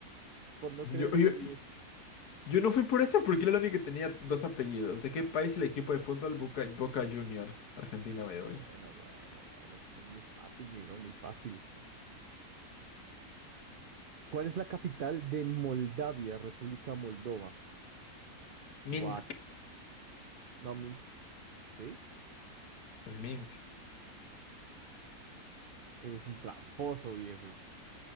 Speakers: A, on the right (about 80°); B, on the left (about 85°).
A: Por no
B: Yo,
A: creerte,
B: yo,
A: Miguel.
B: yo no fui por esa porque era la única que tenía dos apellidos. ¿De qué país el equipo de fútbol Boca, Boca Juniors? Argentina, by the way.
A: Bueno, bueno, bueno. Esto es muy fácil, mi bro, muy fácil. ¿Cuál es la capital de Moldavia, República Moldova?
B: Minsk.
A: What? No, Minsk. ¿Sí?
B: Es Minsk.
A: Eres un tramposo, viejo.